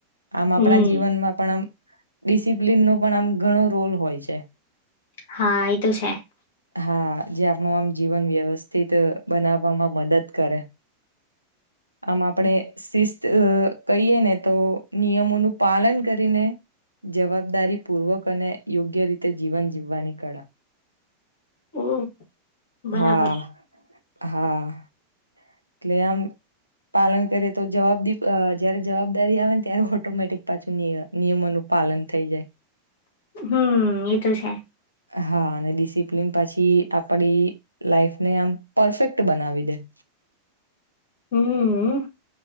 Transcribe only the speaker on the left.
હમ
હા એ તો છે.
ઓ બરાબર.
હમ્મ એ તો છે.
હમ હમ